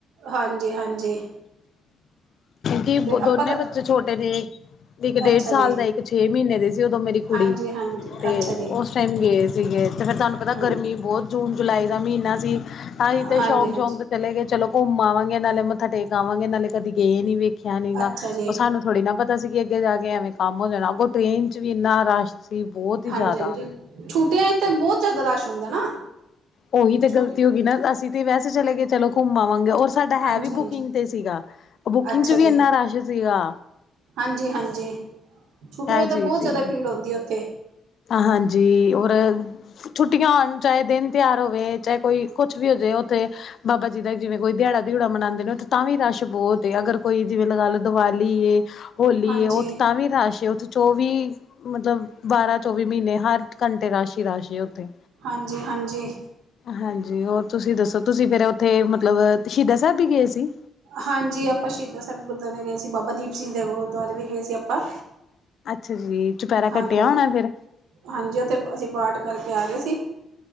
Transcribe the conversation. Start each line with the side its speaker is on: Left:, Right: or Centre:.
Right: ਹਾਂਜੀ- ਹਾਂਜੀ।
Left: ਕਿਉਂਕਿ
Right: ਤੇ
Left: ਦੋਨੇ
Right: ਆਪਾਂ ਤਾਂ
Left: ਬੱਚੇ ਛੋਟੇ ਨੇ। ਇੱਕ ਡੇਢ
Right: ਅੱਛਾ
Left: ਸਾਲ
Right: ਜੀ,
Left: ਦਾ, ਇੱਕ ਛੇ ਮਹੀਨੇ ਦਾ। ਜਦੋਂ ਮੇਰੀ ਕੁੜੀ
Right: ਹਾਂਜੀ, ਹਾਂਜੀ
Left: ਤੇ
Right: ਅੱਛਾ ਜੀ,
Left: ਉਸ ਟਾਈਮ ਗਏ ਸੀਗੇ। ਤੇ ਫੇਰ ਤੁਹਾਨੂੰ ਪਤਾ
Right: ਹਾਂਜੀ।
Left: ਗਰਮੀ ਬਹੁਤ। ਜੂਨ -ਜੁਲਾਈ ਦਾ ਮਹੀਨਾ ਸੀ। ਆਸੀ ਤੇ
Right: ਹਾਂਜੀ,
Left: ਸ਼ੌਂਕ-
Right: ਹਾਂਜੀ
Left: ਸ਼ੌਂਕ ਚਲੇ ਗਏ ਚਲੋ ਘੁੰਮਾਵਾਂਗੇ। ਗੇ ਨਾਲੇ ਮੱਥਾ ਟੇਕ ਆਵਾਂਗੇ, ਨਾਲੇ ਕਦੀ ਗਏ ਨੀ ਵੇਖਿਆ ਨੀ ਗਾ।
Right: ਅੱਛਾ ਜੀ,
Left: ਉਹ ਸਾਨੂੰ ਥੋੜੀ ਨਾ ਪਤਾ ਸੀ ਕਿ, ਅੱਗੇ ਜਾ ਕੇ ਐਵੇਂ ਕੰਮ ਹੋ ਜਾਣਾ। ਅੱਗੋਂ ਟ੍ਰੇਨ ਚ ਵੀ ਇੰਨਾ ਰਸ਼। ਸੀ ਬਹੁਤ ਹੀ
Right: ਹਾਂਜੀ
Left: ਜ਼ਿਆਦਾ
Right: -ਹਾਂਜੀ ਛੁੱਟਿਆਂ ਹੀ ਤਾਂ ਬਹੁਤ ਜ਼ਿਆਦਾ ਰਸ਼ ਹੁੰਦਾ ਨਾ।
Left: ਉਹੀ ਤੇ
Right: ਛੁੱਟੀ
Left: ਗਲਤੀ ਹੋ ਗਈ ਨਾ, ਅਸੀਂ ਤੇ ਵੈਸੇ ਚਲੇ ਗਏ ਚਲੋ। ਘੁੰਮ ਆਵਾਂਗੇ ਔਰ ਸਾਡਾ ਹੈ
Right: ਹਾਂਜੀ,
Left: ਵੀ
Right: ਹਾਂਜੀ
Left: ਬੁਕਿੰਗ ਤੇ ਸੀਗਾ। ਬੁਕਿੰਗ
Right: ਅੱਛਾ
Left: ਚ
Right: ਜੀ,
Left: ਵੀ ਇੰਨਾ ਰਸ਼ ਸੀਗਾ।
Right: ਹਾਂਜੀ- ਹਾਂਜੀ ਛੁਟੀਆ
Left: ਇਹ
Right: ਤਾਂ
Left: ਚੀਜ਼
Right: ਬਹੁਤ ਜ਼ਿਆਦਾ
Left: ਏ
Right: ਭੀੜ ਹੁੰਦੀ ਹੈ ਉੱਥੇ
Left: ਹਾਂਜੀ ਔਰ ਛੁੱਟੀਆਂ ਹੋਣ ਚਾਹੇ ਦਿਨ ਤਿੳਹਾਰ ਹੋਵੇ। ਚਾਹੇ ਕੋਈ ਕੁਛ ਵੀ ਹੋ ਜਾਏ ਉੱਥੇ ਬਾਬਾ ਜੀ ਦਾ ਜਿਵੇ ਕੋਈ ਦਿਹਾੜਾ ਦਿਉੜਾ ਮਨਾਣੇ ਨੇ। ਤਾਂ ਵੀ ਰਸ਼ ਬਹੁਤ ਅਗਰ ਕੋਈ ਜਿਵੇਂ ਲਗਾ ਲਓ ਦਿਵਾਲੀ ਏ। ਹੋਲੀ
Right: ਹਾਂਜੀ,
Left: ਏ ਉੱਥੇ ਤਾਂ ਵੀ ਰਸ਼ ਉੱਥੇ ਚੌਵੀ ਮਤਲਬ ਬਾਰਾਂ ਚੌਵੀ ਮਹੀਨੇ ਹਰ ਘੰਟੇ ਰਸ਼ ਈ ਰਸ਼ ਉਥੇ
Right: ਹਾਂਜੀ, ਹਾਂਜੀ।
Left: ਹਾਂਜੀ ਹੋਰ ਤੁਸੀਂ ਦੱਸੋ ਤੁਸੀਂ ਫਿਰ ਉੱਥੇ ਮਤਲਬ ਸ਼ਹੀਦਾ ਸਾਹਿਬ ਵੀ ਗਏ ਸੀ।
Right: ਹਾਂਜੀ ਆਪਾਂ ਸ਼ਹੀਦਾਂ ਸਾਹਿਬ ਗੁਰਦੁਆਰੇ ਗਏ ਸੀ ਬਾਬਾ ਦੀਪ ਸਿੰਘ ਦੇ ਗੁਰਦੁਆਰੇ ਵੀ ਗਏ ਸੀ ਆਪਾਂ
Left: ਅੱਛਾ ਜੀ ਚੁਪਹਿਰਾ ਕੱਟਿਆ
Right: ਹਾਂਜੀ,
Left: ਹੋਣਾ ਫੇਰ
Right: ਹਾਂਜੀ ਉੱਥੇ ਅਸੀਂ ਪਾਠ ਕਰਕੇ ਆ ਗਏ ਸੀ।